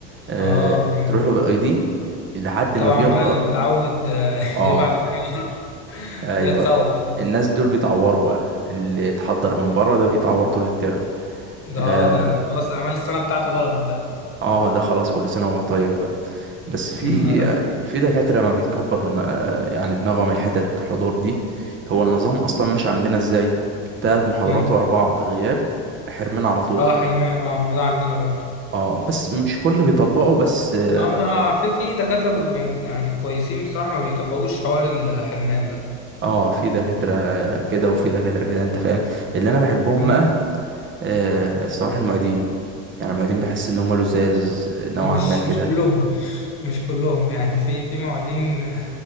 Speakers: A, on the right; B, on the left.
A: آه،
B: اه فهمت
A: تروح له بالاي دي لحد
B: وطبعا
A: ما بيفضل
B: بقى اللي متعود آه،
A: اه
B: <laughs> يبعت الكيو ار
A: ايوه
B: <laughs> ده اتسوح خلاص
A: الناس دول بيتعوروا بقى اللي اتحضر من بره ده بيتعور طول الترم
B: ده
A: اه
B: اه، ده ده خلاص اعمال السنه بتاعته ضربت ده
A: آه، ده خلاص كل سنه وهو طيب بقى بس في
B: <laughs> يا نهار ازرق
A: في دكاتره ما بيتكبر من آه، يعني دماغهم الحتت الحضور دي هو النظام اصلا مش عندنا ازاي تلات محاضرات
B: مم.
A: ورا بعض غياب حرمان على طول
B: اه حلمان اه ما ده عندنا برضو
A: اه بس مش كل بيطبقوا بس اه
B: ما ما- في في دكاتره بيبقوا يعني كويسين بصراحه ما بيطبقوش حوار الحلمان ده
A: آه، في دكاتره كده وفي دكاتره كده انت فاهم اللي انا بحبهم
B: مم.
A: بقى آه، الصراحة المعيدين يعني المعيدين بحس إن هما لزاز نوعا
B: مش
A: ما كده
B: مش كلهم <laughs> مش كلهم يعني في في معيدين